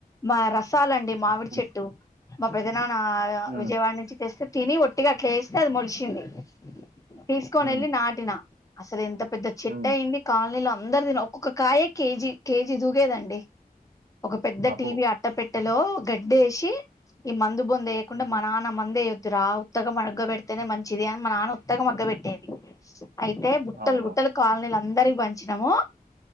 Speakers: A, on the left (about 20°); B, on the right (about 85°).
A: మా రసాలండి మామిడి
B: హ్మ్.
A: చెట్టు మా పెద్ద నాన్న
B: హ్మ్.
A: విజయవాడ నుంచి తెస్తే తిని ఒట్టిగా అట్లా వేస్తే అది మలిచింది తీసుకొని
B: హ్మ్.
A: వెళ్ళి నాటిన అసలు ఎంత పెద్ద చెట్టు
B: హ్మ్.
A: అయినది కాలనీలో అందరు ఒక్కొక్కరు కాయే కేజీ కేజీ దూగేదండి ఒక పెద్ద
B: అబ్బో!
A: టీవీ అట్ట పెట్టలో గడ్డి వేసి ఈ మ అందు బొంద వయకుండా
B: హుహు.
A: మా నాన్న మందే ఇదురా ఉత్తగం మగ్గ పెడితేనే మంచిది అని మా నాన్న ఉత్తగం మగ్గ పెట్టేది అయితే బుట్టలు
B: అవును.
A: బుట్టలు కాలనీలు అందరికి పంచినాము